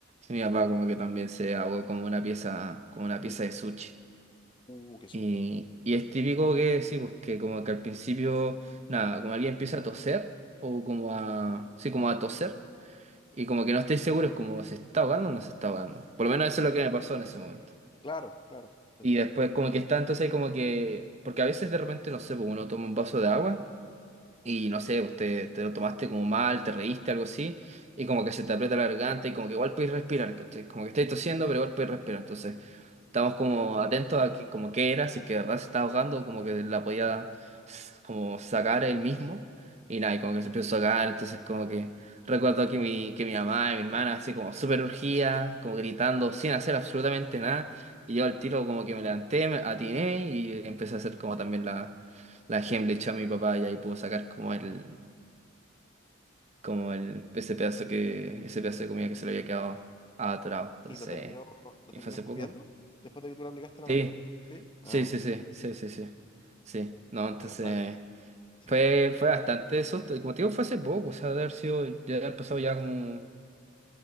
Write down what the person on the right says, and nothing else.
Y mi papá como que también se ahogó como una pieza, como una pieza de sushi.
Y, y es típico que sí, pues que como que al principio, nada, como alguien empieza a toser, o como a, sí, como a toser, y como que no estoy seguro, es como se está ahogando o no se está ahogando. Por lo menos eso es lo que me pasó en ese momento.
Y
después como que está entonces como que... Porque a veces de repente, no sé, pues uno toma un vaso de agua y no sé, usted te te lo tomaste como mal, te reíste, algo así, y como que se te aprieta la garganta y como que igual puedes respirar, ¿cachai? Como que estáis tosiendo, pero igual puedes respirar. Entonces, Estamos como atentos a que, como qué era, si es que de verdad se estaba ahogando, como que la podía s- como sacar él mismo. Y nada, y como que se empezó a ahogar, entonces como que recuerdo que mi, que mi mamá y mi hermana así como súper urgía, como gritando, sin hacer absolutamente nada. Y yo al tiro como que me levanté, me atiné y empecé a hacer como también la, la Heimlich a mi papá y ahí pudo sacar como el, como el, ese pedazo que, ese pedazo de comida que se le había quedado atrapado. Entonces,
y
fue hace
poco.
Sí.
Sí,
sí, sí, sí, sí, sí, sí, no, entonces
fue, fue bastante eso, y como te digo, fue hace poco, o sea, de haber sido, ya haber pasado ya como,